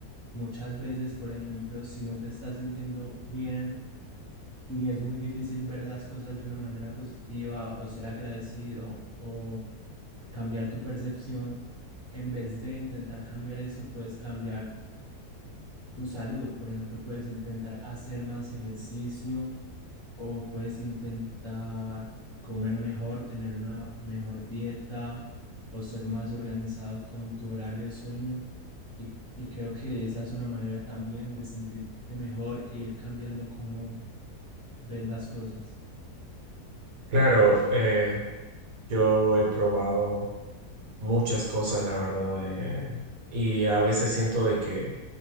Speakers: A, on the left; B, on the right.
A: muchas veces, por ejemplo, si no te estás sintiendo bien y es muy difícil ver las cosas de una manera positiva o ser agradecido o cambiar tu percepción, en vez de intentar cambiar eso, puedes cambiar tu salud. Por ejemplo, puedes intentar hacer más ejercicio o puedes intentar comer mejor, tener una mejor dieta o ser más organizado con tu horario de sueño. Y, y creo que esa es una manera también de sentirte mejor e ir cambiando cómo ves las cosas.
B: Claro, eh, yo he probado muchas cosas, la verdad, eh, y a veces siento de que